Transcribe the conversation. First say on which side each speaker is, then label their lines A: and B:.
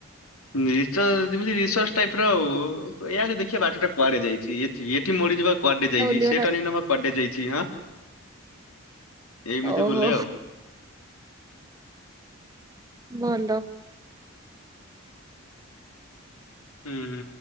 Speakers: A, on the left; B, on the right.
A: ରଚ ଯେମିତି ରିସର୍ଚ ଟାଇପ ର ଆଉ ଏଇ ଦେଖିବା ବାଟଟା କୁଆଡେ ଯାଇଛି ଏଠି ମରିଯିବା କୁଆଡେ ଯାଇଛି
B: ବୁଲିବାର
A: ସେଟା ନି ନମା କୁଆଡେ ଯାଇଛି ହଁ ଏମିତି
B: ଓହୋ
A: ବୁଲେ ଆଉ
B: ବନ୍ଦ
A: ହୁଁ